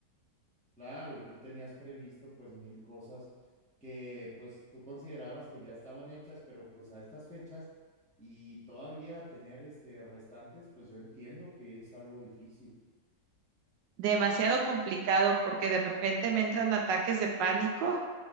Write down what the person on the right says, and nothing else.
Demasiado complicado porque de repente me entran ataques de pánico